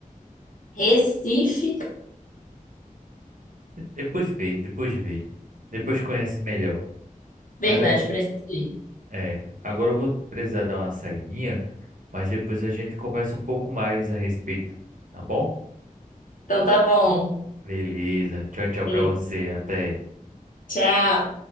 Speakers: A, on the left; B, on the right.
A: Recife?
B: Depois vê, depois vê. Depois conhece melhor.
A: Verdade,
B: Mas agora,
A: preciso ir.
B: é, agora eu vou precisar dar uma saidinha, mas depois a gente conversa um pouco mais a respeito, tá bom?
A: Então tá bom.
B: Beleza. Tchau, tchau
A: E
B: pra você. Até.
A: Tchau.